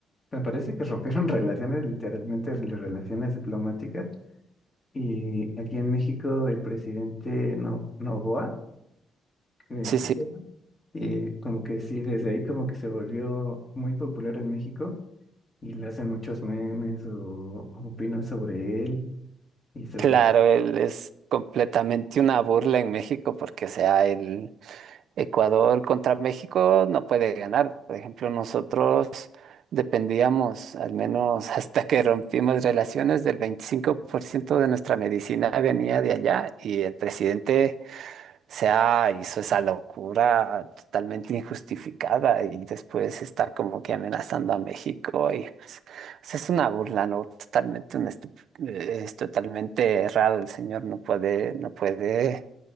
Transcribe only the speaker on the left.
me parece que rompieron <laughs> relaciones, literalmente las relaciones diplomáticas. Y aquí en México el presidente No Noboa, que
sí,
y como que sí, desde ahí como que se volvió muy popular en México y le hacen muchos memes o, o opinan sobre él y sobre...